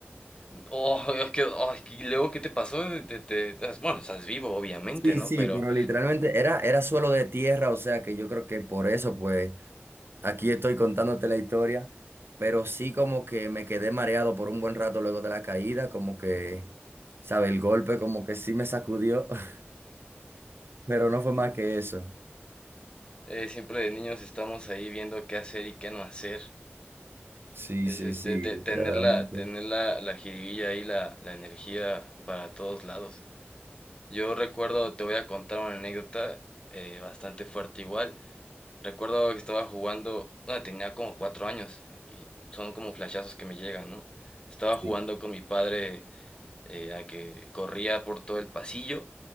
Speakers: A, on the left; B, on the right.
A: oh, es que, oh, es que- y luego, ¿qué te pasó? Te- te- estás- bueno, estás vivo, obviamente,
B: Sí,
A: ¿no?
B: sí,
A: Pero
B: pero literalmente era, era suelo de tierra, o sea que yo creo que por eso, pues... Aquí estoy contándote la historia, pero sí como que me quedé mareado por un buen rato luego de la caída, como que, sabe, el golpe como que sí me sacudió, <laughs> pero no fue más que eso.
A: eh, siempre de niños estamos ahí viendo qué hacer y qué no hacer.
B: Sí,
A: Es
B: sí,
A: este,
B: sí,
A: te-
B: verdaderamente.
A: tener la, tener la, la jiribilla y la, la energía para todos lados. Yo recuerdo, te voy a contar una anécdota eh, bastante fuerte igual. Recuerdo que estaba jugando, bueno, tenía como cuatro años y son como flashazos que me llegan, ¿no? Estaba jugando
B: Sí.
A: con mi padre eh, a que corría por todo el pasillo